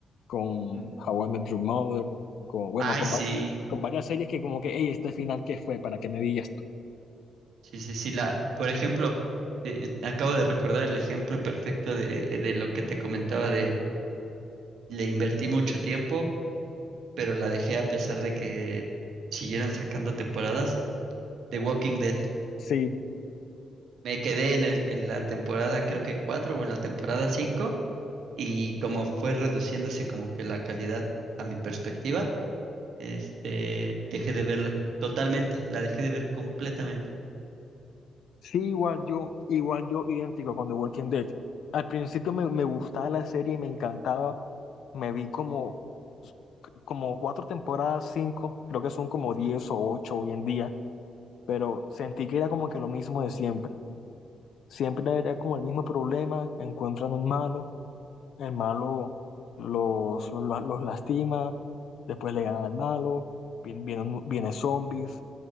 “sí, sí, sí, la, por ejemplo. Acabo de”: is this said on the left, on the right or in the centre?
Right